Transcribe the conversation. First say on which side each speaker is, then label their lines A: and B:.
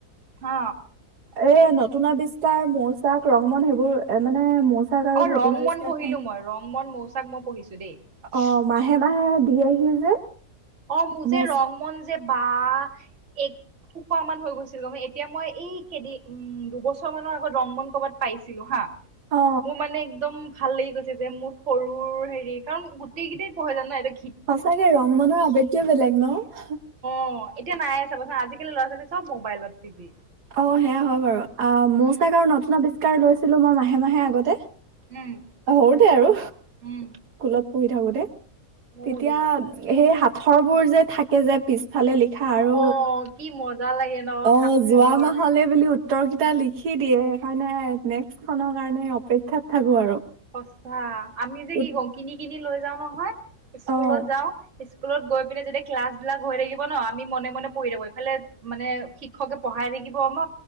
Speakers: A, on the right; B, on the right.
A: অ
B: এ নতুন আৱিষ্কাৰ মৌচাক ৰংমন সেইবোৰ মানে মৌচাক আৰু
A: অ ৰং
B: নতুন আৱিষ্কাৰখন
A: মন পঢ়িলো মই ৰং মন মৌচাক মই পঢ়িছো দেই
B: অ মাহে মাহে দি আহি যে
A: অ মোৰ
B: মৌচ
A: যে ৰং মন যে বা এক সোপাহ মান হৈ গৈছিল গ এতিয়া মই এই কেইদিন উ দুবছৰ মানৰ আগত ৰং বন ক'বাত পাইছিলো হা
B: অ
A: মোৰ মানে একদম ভালেই গৈছে যে মোৰ সৰুৰ হেৰি কাৰণ গোটেই কেইটেই পঢ়াই যান ন এই
B: সঁচাকে ৰং মনৰ আৱে কিয় বেলেগ ন
A: অ এতিয়া নাইে চাবচোন আজিকালি লৰা ছোৱালী চব মোবাইলত বিজি
B: অ সেয়া হয় বাৰু অ
A: উম
B: মৌচাক আৰু নতুন কাৰ লৈছিলো মই মাহে মাহে আগতে
A: উম
B: সৰুতে আৰু
A: উম
B: কুলত পঢ়ি থাকো তে
A: মোৰো
B: তেতিয়া
A: দেই
B: সেই থৰ বোৰ যে থাকে যে পিছ ফালে লিখা আৰু
A: অ কি মজা লাগে ন
B: অ
A: সাঁথৰ
B: যোৱা মাহলে বুলি উত্তৰ কেইটা লিখি দিয়ে সেইকাৰণে নেক্স খনৰ কাৰণে অপেক্ষাত থাকো আৰু
A: সস্তা আমি যে
B: উত
A: কি কংকিনী কিনি লৈ যাও নহয় স্কুলত
B: অ'
A: যাওঁ স্কুলত গৈ পিনে যদি ক্লাছ বিলাক হৈ থাকিব ন আমি মনে মনে পঢ়ি থাকো ইফালে মানে শিক্ষকে পঢ়াই থাকিব ন